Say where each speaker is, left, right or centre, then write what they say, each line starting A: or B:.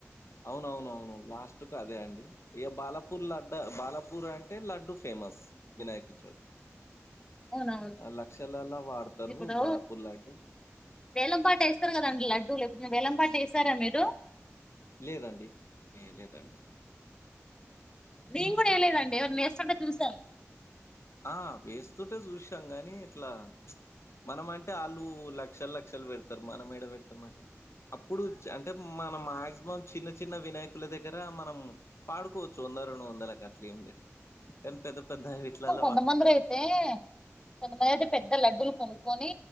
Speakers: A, on the left; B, on the left.
A: అవునవునవును లాస్ట్ ఆదే అండి ఇక బాలపూర్ లడ్డు బాలపూర్ అంటే లడ్డు ఫేమస్ వినాయకునీకీ
B: అవునవును
A: లక్షలలా వాడతారు
B: ఇప్పుడు
A: బాలాపూర్ లడ్డు
B: వేలంపాట వేస్తారు కదండి లడ్డూలు ఎప్పుడు వేలంపాట వేస్తారా మీరు
A: లేదాండి ఏ లేదాండి
B: మేం కూడా వెయ్యలేదండి ఎవరైనా వేస్తుంటే చూశాను
A: ఆ వేస్తుంటే చూసాం గాని ఇట్లా మనం అంటే వాళ్ళు లక్షలు లక్షలు పెడతారు మనం ఏడ పెడతాం అండి అప్పుడు అంటే మనం మాక్సిమం చిన్న చిన్న వినాయకుల దగ్గర మనం పాడుకోవచ్చు వంద రెండు గట్ల ఏం లేదు కానీ పెద్ద పెద్ద విట్లల్ల
B: కొంతమందిర
A: వా
B: అయితే కొంతమంది అయితే పెద్ద లడ్డూలు కొనుక్కొని